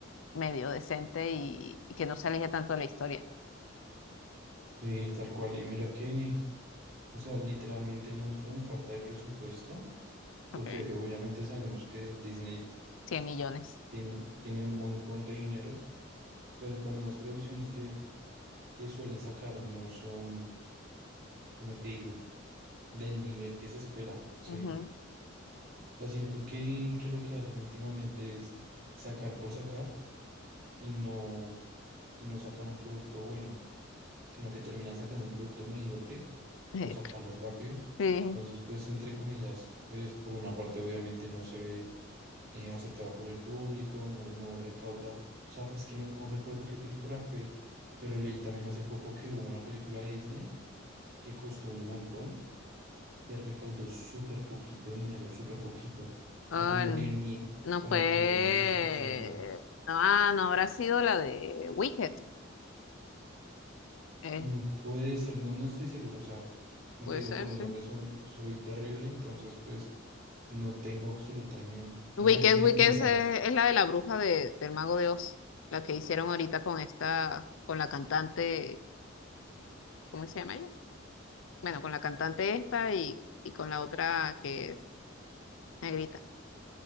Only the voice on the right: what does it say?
Sí, tal cual. Y mira que, o sea, literalmente no es como falta de presupuesto, porque
obviamente sabemos que Disney
tiene, tiene un montón de dinero, pero también las producciones que, que suelen sacar no son, como te digo, del nivel que se espera, ¿sí?
O sea, siento que, que lo que hacen últimamente es sacar por sacar y no, y no sacan un producto bueno, sino que terminan sacando un producto mediocre
por sacarlo rápido.
Entonces, pues, entre comillas, pues, por una parte, obviamente no se ve eh, aceptado por el público, no, no recauda, o sea, es que no, no recuerdo qué película fue, pero leí también hace poco que hubo una película de Disney que costó un montón que recaudó súper poquito dinero, súper poquito. O
sea, como
que ni,
como
que ni el 10%.
Mm, Puede ser, no, no estoy seguro. O sea, como
te digo,
con los
nombres soy, soy terrible, entonces pues no tengo absolutamente, o
sea, no tengo
ni idea
de eso.